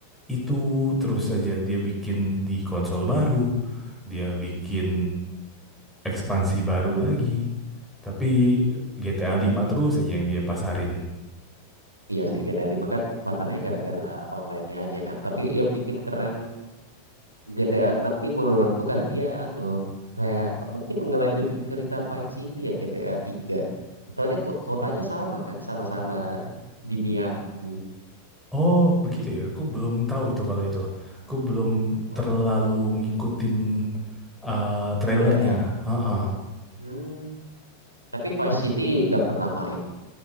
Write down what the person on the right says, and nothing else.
Iya sih, GTA 5 kan pasarnya gara-gara online-nya aja kan. Tapi yang bikin keren GTA 6 nih menurutku karena dia anu, kayak mungkin ngelanjutin cerita Vice City ya GTA 3. Soalnya ko- kotanya sama kan, sama-sama di Miami.
Oh,
GTA ya.
Hmm, tapi Vice City nggak pernah main.